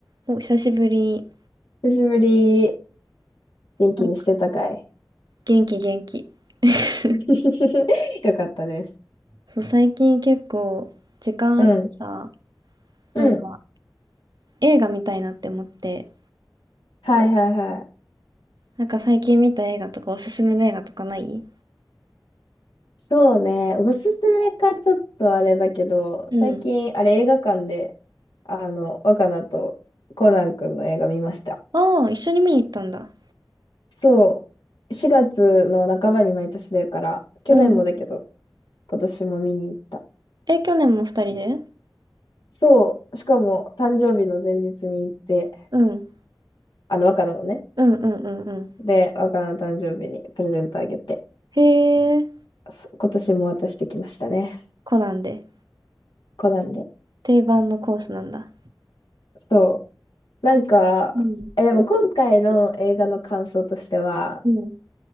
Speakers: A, on the right; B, on the left.
A: お、久しぶり。
B: 久しぶり。元気にしてたかい
A: なんか元気元気。<laughs>
B: <laughs> よかったです。
A: そう、最近結構時間あってさ、
B: うん。うん。
A: なんか映画見たいなって思って、
B: はいはいはい。
A: なんか最近見た映画とかおすすめの映画とかない
B: そうね。おすすめかちょっとあれだけど、
A: うん。
B: 最近、あれ映画館で、あの、若菜とコナン君の映画見ました。
A: ああ、一緒に見に行ったんだ。
B: そう。4月の半ばに毎年出るから、去年もだけど、
A: うん。
B: 今年も見に行った。
A: え、去年も二人で
B: そう。しかも、誕生日の前日に行って、
A: うん。
B: あの、若菜のね。
A: うんうんうんうん。
B: で、若菜の誕生日にプレゼントあげて。
A: へえ、
B: そ今年も渡してきましたね。
A: コナンで。
B: コナンで。
A: 定番のコースなんだ。
B: そう。なんか、
A: うん。
B: え、でも今回の映画の感想としては、
A: うん。